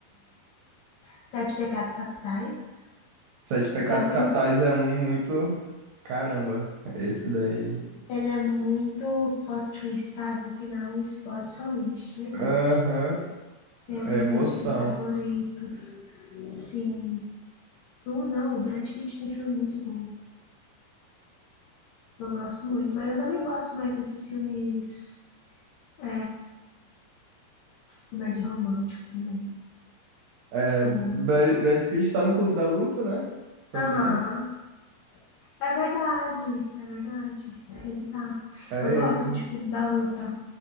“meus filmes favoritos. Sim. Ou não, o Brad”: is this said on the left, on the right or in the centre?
Left